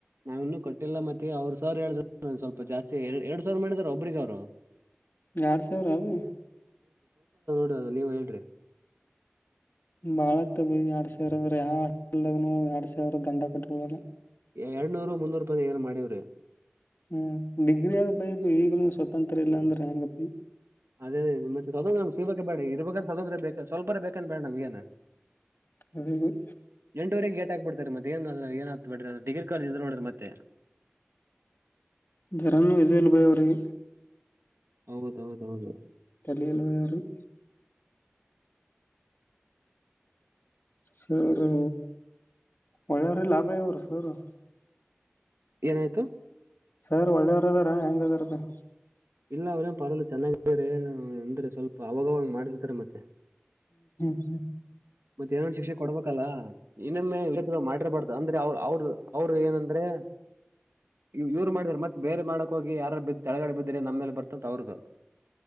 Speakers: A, on the right; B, on the left.
A: ನಾವ ಇನ್ನೂ ಕಟ್ಟಿಲ್ಲ ಮತ್ತೆ ಅವ್ರು ಸರ್ ಹೇಳಿದ್ರು ಸ್ವಲ್ಪ ಜಾಸ್ತಿ ಎ ಎರಡ್ ಸಾವಿರ ಮಾಡಿದಾರ ಒಬ್ರಿಗೆ ಅವರು
B: ಎರಡ್ ಸಾವಿರ ಬೈ
A: ಹದ ನೀವ ಹೇಳ್ರಿ
B: ಬಾಳತ್ ಬೈ ಎರಡ್ ಸಾವಿರ ಅಂದ್ರ ಯಾ ಹಾಸ್ಟೆಲ್ ದವನು ಎರಡ್ ಸಾವಿರ ದಂಡ ಕಟ್ಟಂಗಿಲ್ಲ
A: ಎರಡ್ನೂರ್ ಮುನ್ನೂರು ರೂಪಾಯಿ ಏನ್ ಮಾಡಿವ್ರಿ <inaudible>
B: ಹ್ಮ್ ಡಿಗ್ರಿ ಆದ ಬೈದುು ಈಗನು ಸ್ವತಂತ್ರ ಇಲ್ಲಾ ಅಂದ್ರೆ ಹಂಗಪ್ಪಿ
A: ಅದೇ ಅದೇ ಮತ್ತೆ ಸ್ವತಂತ್ರ ನಮ್ ಸಿಬೇಕ ಬೇಡ ಇರ್ಬೇಕಂದ ಸ್ವತಂತ್ರ ಬೇಕ ಸ್ವಲ್ಪರ ಬೇಕನ್ ಬೇಡ ನಮ್ಗೇನ
B: ಅದೇ ಬೈ
A: ಎಂಟೂುವರೆಗೆ ಗೇಟ್ ಹಾಕ್ಬಿಡ್ತಾರೆ ಮತ್ತೆ ಏನ್ ಅ ಏನ್ ಮತ್ತೆ ಡಿಗ್ರ ಕಾಲಜ್ ನೋಡಿ ದ್ರ ಮತ್ತ
B: ಜರನ್ನುೂ ಇದು ಇಲ್ ಬೈ ಅವರಿಗೆ
A: ಹೌದೌದೌದು
B: ತಲಿ ಇಲ್ಲ ಬೈ ಅವ್ರಿಗಿ ಸರಿ ಒಳ್ಳರಿ ಭ ಯ ಅವರು ಸರು <inaudible>
A: ಏನಾಯ್ತು
B: ಸರ್ ಒಳ್ಳೆಯವ್ರ ಅದಾರ ಹೆಂಗ ಅದಾರ ಬಾಯಿ
A: ಇಲ್ಲ ಅವ್ರೇ ಪರಲ್ ಚೆನ್ನಾಗ್ರ ಎಂದ್ರೆ ಸ್ವಲ್ಪ ಅವಾಗವಾಗ ಮಾಡಿರ್ತಾರೆ ಮತ್ತೆ
B: ಹ
A: ಮತ್ತೆ ಏನನ್ ಶಿಕ್ಷೆ ಕೊಡ್ಬೇಕಲ್ಲ ಇನ್ನೊಮ್ಮೆ ಮಾಡಿರ್ಬಾರ್ದು ಅಂದ್ರೆ ಅವ ಅವ್ರ ಅವರು ಏನಂದ್ರೆ ಇವ್ರು ಮಾಡಿದಾರೆ ಮತ್ತೆ ಬೇರೆ ಮಾಡಕ್ ಹೋಗಿ ಯಾರ ಬ ಕೆಳಗಡೆ ಬಿದ್ದ್ರೆ ನಮ್ಮೇಲೆ ಬರ್ತಂತ ಅವ್ರದ